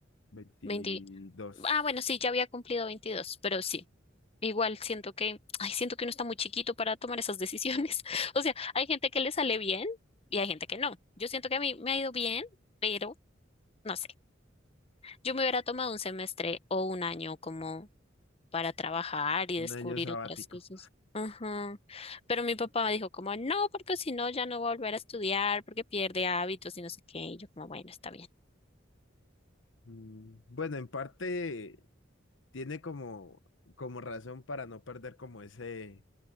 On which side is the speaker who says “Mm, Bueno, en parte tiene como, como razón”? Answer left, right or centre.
Left